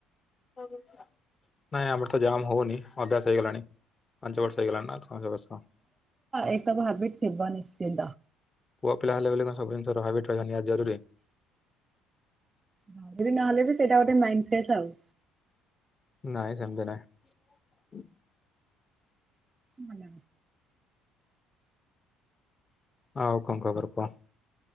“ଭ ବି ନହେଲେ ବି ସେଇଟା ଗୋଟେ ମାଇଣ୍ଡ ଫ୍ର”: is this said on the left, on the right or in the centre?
Right